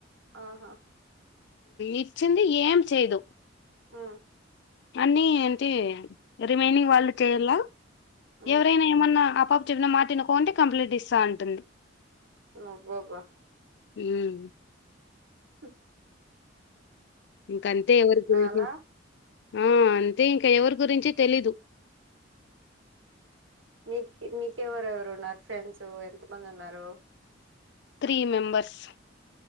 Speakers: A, on the right (about 80°); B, on the left (about 65°).
A: ఆహా
B: ఇచ్చింది ఏం చేయదు
A: హ్మ్మ్
B: అన్ని ఏంటే రిమైనింగ్ వాళ్ళు చేయాల
A: ఉ
B: ఎవరైనా ఏమన్నా చెిన మాట తనుకోంటే కంప్లీట్ ఇస్తా అంటుంది
A: అబ్బా అబ్బా
B: హ్మ్మ్
A: అ
B: ఇంకంతే ఎవరి గురికి
A: అలా
B: ఆ అంతే ఇంకా ఎవరి గురించి తెలీదు
A: నీకు నీకెవరుెవరు నా ఫ్రెండ్స్ ఎంతమంది ఉన్నారు
B: త్రీ మెంబర్స్